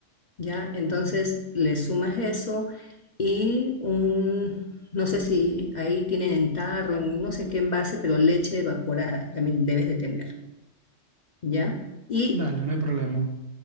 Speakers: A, on the left (about 40°); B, on the right (about 55°).
A: ¿ya? Entonces le sumas eso y un, no sé si ahí tienen en tarro, en no sé qué envase, pero leche evaporada también debes de tener, ¿ya? Y
B: Dale, no hay problema.